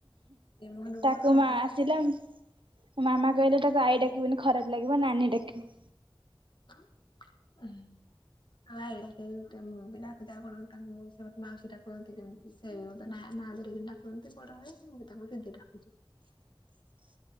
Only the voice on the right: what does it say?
ତାକୁ
ମା
ଆସିଲା ମୋ ମାମା କହିଲେ ତାକୁ ଆଈ ଡାକିବୁନି ଖରାପ ଲାଗିବ ନାନୀ ଡାକିବୁ।
<inaudible>